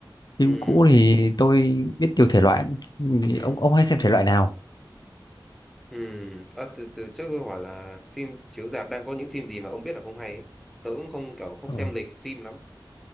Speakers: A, on the left; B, in the centre.
A: phim
B: Ừ,
A: cũ thì tôi biết nhiều thể loại thì
B: ừ,
A: ông ông hay xem thể loại nào
B: ừ. Ờ, từ từ trước tôi hỏi là phim chiếu rạp đang có những phim gì mà ông biết là không hay ấy. Tớ cũng không kiểu không
A: Ờ,
B: xem lịch phim lắm.